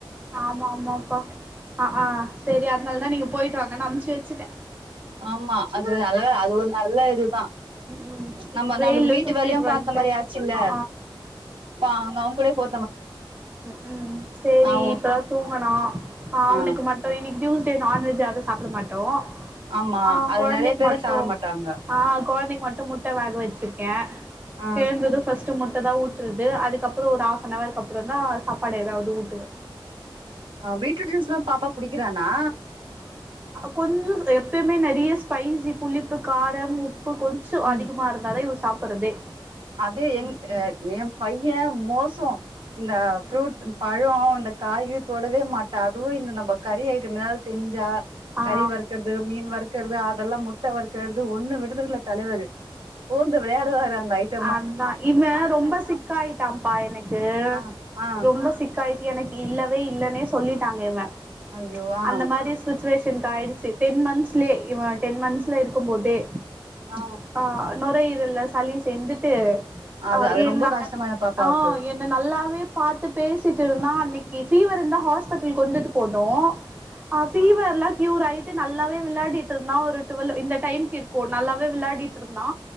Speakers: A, on the right; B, on the right.
A: ஆமா ஆமாப்பா ஆஹா சரி அதனால தான் நீங்க போயிட்டு வாங்கனு அனுப்சே வச்சுடேன்
B: ஆமா அது நல்ல அது ஒரு நல்ல இ
A: ம்
B: நம்ம
A: வெயில்ல
B: நம்மளுக்கு வீட்டு
A: சுத்திட்டு
B: வேலையும்
A: வன்ட்டு
B: பாத்த மாரிய ஆச்சுல்ல
A: ஆ
B: அவுங்க அவுங்க கூட போ
A: ஹ்ம் சரி
B: ஆ ஓ
A: இப்பதான் தூங்கனா அவனுக்கு
B: ஆ
A: மட்டும் இன்னைக்கு ஜுஸ் எடுத்து நான்வெஜ் அது சாப்ட மாட்டோம்
B: ஆமா
A: ஆ
B: அது
A: கொழந்தைக்கு
B: நெறைய பேர்லா
A: மட்டும்
B: சாப்ட மாட்டாங்க
A: ஆ கொழந்தைக்கு மட்டும் முட்ட வேக வச்சிருக்கேன்
B: ஆ
A: எழுந்ததும் ஃபர்ஸ்ட் முட்ட தான் ஊட்டுறது அதுக்கப்புறோம் ஒரு ஆப் ஒண் அவர்க்கு அப்பறம் தான் சாப்பாடு ஏதாவது ஊட்டுவன்
B: ஆ பீட்ரூட் ஜூஸ்லாம் பாப்பா குடிக்கிறானா
A: கொஞ்சோம் எப்பயுமே நெறைய ஸ்பைசி புளிப்பு காரம் உப்பு கொஞ்சம்
B: ம்
A: அதிகமா இருந்தாலே சாப்பறதே
B: அது என் ஏன் பையன் மோச சோ இந்த ஃப்ரூட் பழோம் இந்த காய்கறி தொடவே மாட்டா அதுவும் இந்த நம்ம கறி ஐட்டம் ஏதாவது செஞ்சா
A: ஆ
B: கறி வறுக்கறது மீன் வறுக்கறது அதெல்லாம் முட்ட முட்ட வறுக்குறது ஒண்ணும் விட்ரதுல்ல தலைவரு பூந்து விளையாடுவாரு அந்த ஆய்த்
A: அதான் இவன் ரொம்ப சிக்காயிட்டான்ப்பா எனக்கு
B: ஆ ஆ
A: ரொம்ப சிக் அக்கா இது எனக்கு இல்லவே இல்லன்னே சொல்லிட்டாங்க இவன்
B: ஐயோ ஆ
A: அந்த மாரி சுச்சுவேஷன் எனக்கு ஆ‌யிடுச்சு டென் மந்த்ஸ்லே இவன் டென் மந்த்ஸ்ல இருக்கும் போதே
B: ஆ
A: ஆ நோரயிரல்ல சளி சேந்துட்டு
B: அது
A: ஆ
B: அது
A: என்
B: ரொம்ப கஷ்டமாயிடு பாப்பாவுக்கு
A: ஆ என்ன நல்லாவே பாத்து பேசிட்டு இருந்தான் அன்னக்கி ஃபீவருந்தா ஹாஸ்பிட்டல் கொண்டுட்டு போனோம் ஆ ஃபீவர்ல்லாம் கியூர் ஆயிற்று நல்லாவே விளையாடிடு இருந்தான் ஒரு டுவேல் இந்த டைம்க்கு இருக்கும் நல்லாவே விளையாடிட்டு இரு மா